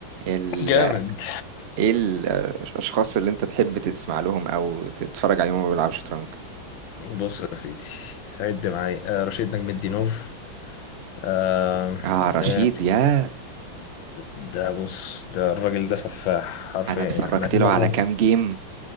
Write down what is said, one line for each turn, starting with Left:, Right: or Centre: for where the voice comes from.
Right: ال...
Left: جامد
Right: ايه ال- آه، الاشخاص اللي انت تحب تسمع لهم او تتفرج عليهم وهما بيلعبوا شطرنج
Left: بص يا سيدي عد معايا آه، رشيد نجم الدين نوف آه،
Right: اه رشيد
Left: آه،
Right: يا
Left: ده بص ده الراجل ده سفاح حرفيا
Right: انا اتفرجت
Left: يعني مع انه
Right: له على كام جيم